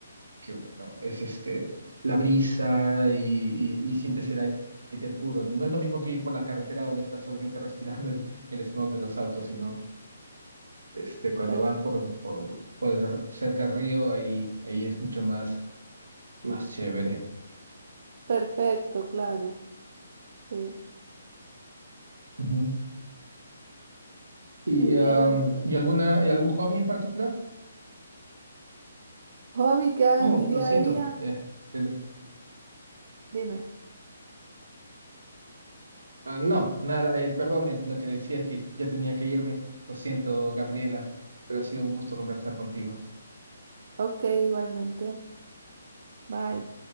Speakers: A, on the right; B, on the right.
A: que bueno, es este, la brisa y, y- y sientes el aire puro. No No es lo mismo que ir por la carretera donde estás solamente respirando el, el smog de los autos, sino este, cuando
B: Perf-
A: vas por, por, por el r- cerca al río, ahí, ahí es mucho más, más chévere.
B: perfecto, claro. Sí,
A: Ujú. ¿Y,
B: muy bien.
A: am,
B: And-
A: ¿y alguna, y algún hobby en particular?
B: Hobby que hago
A: Oh,
B: en mi día
A: lo siento.
B: a día.
A: eh, ten-
B: Dime.
A: ah, no, nada, eh, perdón, eh, lo que decía es que ya tenía que irme. Lo siento, Gabriela, pero ha sido un gusto conversar contigo.
B: Ok, igualmente. Bye.